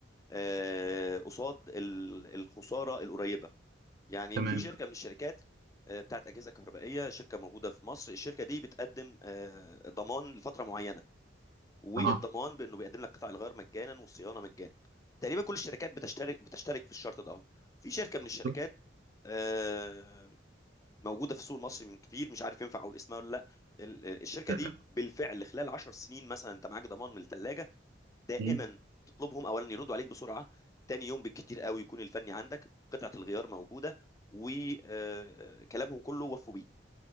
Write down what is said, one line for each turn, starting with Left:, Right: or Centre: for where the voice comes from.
Left: آه، قصاد ال- الخساره القريبه يعني
Right: تمام
Left: في شركه من الشركات آه، بتاعت اجهزه كهربائيه شركه موجوده في مصر الشركه دي بتقدم آه، ضمان لفتره معينه والضمان
Right: أها
Left: بانه بيقدم لك قطع الغيار مجانا والصيانه مجانا تقريبا كل الشركات بتشترك بتشترك في الشرط ده اهو في شركه من الشركات
Right: بالظبط
Left: آه، موجوده في السوق المصري من كتير مش عارف ينفع اقول اسمها ولا لا ال- ال- الشركه
Right: لا
Left: دي
Right: لا
Left: بالفعل خلال 10 سنين مثلا انت معاك ضمان من الثلاجه دائما
Right: مم.
Left: تطلبهم اولا يردوا عليك بسرعه تاني يوم بالكتير قوي يكون الفني عندك قطعه الغيار موجوده وكلامهم كله وفوا بيه